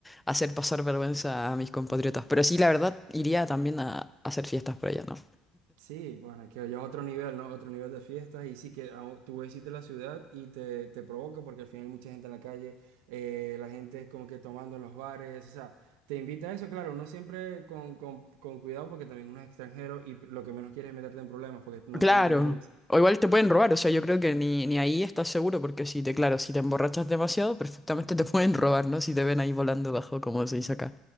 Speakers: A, in the centre; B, on the right.
A: hacer pasar vergüenza a mis compatriotas, pero sí, la verdad, iría también a, a hacer fiestas por allá, ¿no?
B: Sí, bueno, es que ya es otro nivel, ¿no? Otro nivel de fiestas y sí que ah, tú visitas la ciudad y te, te provoca porque al final hay mucha gente en la calle, eh, la gente es como que tomando en los bares, o sea, te invita a eso, claro, no siempre con, con, con cuidado porque también uno es extranjero y lo que menos quieres es meterte en problemas porque no
A: Claro.
B: estás en tu país.
A: O igual te pueden robar, o sea, yo creo que ni, ni ahí estás seguro, porque si te, claro, si te emborrachas demasiado, perfectamente te pueden robar, ¿no? Si te ven ahí volando bajo, como se dice acá.